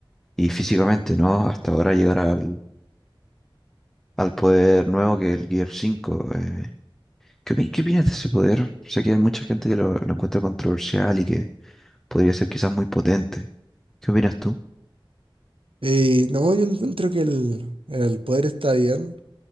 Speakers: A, in the centre; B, on the right (about 85°).
A: y físicamente, ¿no? Hasta ahora llegar al, al poder nuevo que es el Gear cinco eh. ¿Qué, opi- qué opinas de ese poder? Sé que hay mucha gente que lo, lo encuentra controversial y que podría ser quizás muy potente. ¿Qué opinas tú?
B: Y no, yo encuentro que el, el poder está bien,